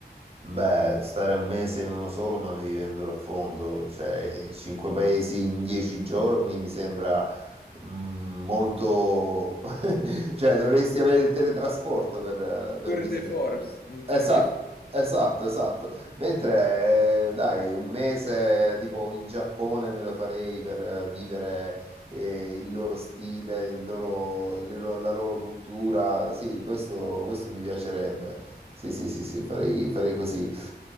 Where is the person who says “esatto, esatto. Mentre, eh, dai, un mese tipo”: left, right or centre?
Right